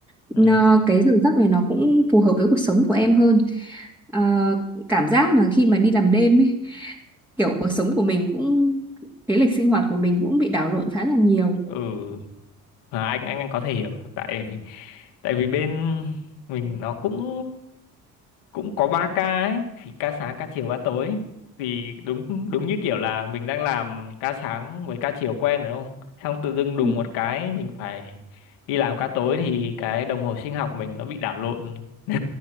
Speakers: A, in the centre; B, on the left.
A: Nó,
B: ừ
A: cái giờ giấc này nó cũng phù hợp với cuộc sống của em hơn. Ờ, cảm giác mà khi mà đi làm đêm ấy, kiểu cuộc sống của mình cũng cái lịch sinh hoạt của mình cũng bị đảo lộn khá là nhiều.
B: ừ à, anh anh anh có thể hiểu tại vì tại vì bên mình nó cũng cũng có 3 ca ấy thì ca sáng ca chiều ca tối thì đúng đúng như kiểu là mình đang làm ca sáng với ca chiều quen rồi đúng không xong tự dưng đùng
A: Ừ.
B: một cái mình phải đi làm ca tối thì cái đồng hồ sinh học mình nó bị đảo lộn <laughs>